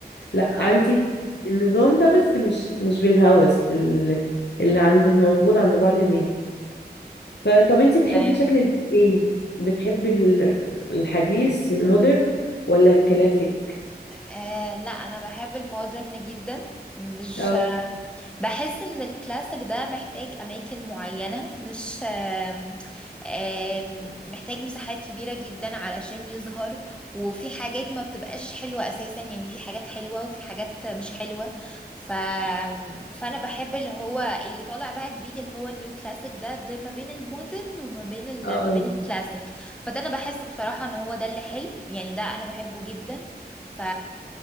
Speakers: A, on the left (about 90°); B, in the centre.
A: لا عندي
B: اه اه
A: النظام ده بس مش مش بالهوس ال- اللي عند موجود عند بعض الناس فطب انتي بتحبي
B: كده يعني
A: شكل ايه بتحبي ال- الحديث المودرن ولا الكلاسيك
B: آه لا انا بحب المودرن جدا مش
A: اه
B: بحس ان الكلاسيك ده محتاج اماكن معينة مش آم، آم، محتاج مساحات كبيرة جدا علشان يظهر وفي حاجات ما بتبقاش حلوة اساسا يعني في حاجات حلوة وفي حاجات مش حلوة ف... فانا بحب اللي هو اللي طالع بقى جديد اللي هو النيو كلاسيك ده ده ما بين المودرن وما بين ال...
A: اه
B: ما بين الكلاسيك فده انا بحس بصراحة ان هو ده اللي حلو يعني ده انا بحبه جدا ف